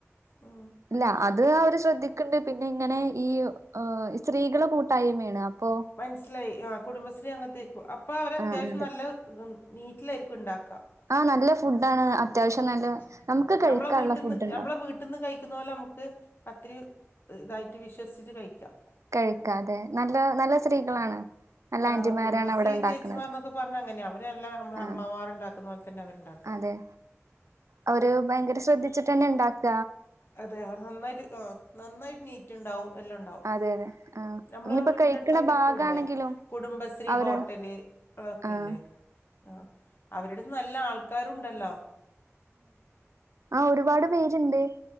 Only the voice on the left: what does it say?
ഉം
മനസ്സിലായി ആ കുടുംബശ്രീ അങ്ങത്തേക്കും അപ്പോ അവര് അത്യാവശ്യം
നല്ല ത്ണ്ട് നീറ്റ് ലേര്ക്കും ണ്ടാക്ക ആ
നല്ല ഫുഡാണ്
അത്യാവ്ശ്യം നല്ല
നമ്മ്ള വീട്ട്ന്ന്
നമ്മ്ള വീട് ട്ട്ന്ന് കഴിക്കുന്ന പോലെ നമുക്ക് അത്രയും ഹ് തായിട്ട് വിശ്വസിച്ചിട്ട് കഴിക്കാ
ആ
കുടുംബശ്രീ
ചേച്ചിമാർന്നൊക്കെ പർഞ്ഞ അങ്ങനയ അവരല്ല നമ്മ്ള്
അമ്മമാര്ണ്ടാക്കുന്ന പോൽ തന്നെ അവര്ണ്ടാക്ക
അതെ അവർ നന്നായിട്ട് ആ ആ നന്നായിട്ട് നീറ്റ് ണ്ടാവും വല്ലോം ണ്ടാവും
നമ്മ്ള
വീട്ടിന്റെ
അടുത്തൊക്കെ
ഇപ്പ ഇല്ലേ കുടുംബശ്രീ
ഹോട്ടല് അതൊക്കില്ലേ
ആ ആ അവരട്ത്ത് നല്ല ആൾക്കാരുണ്ടല്ലോ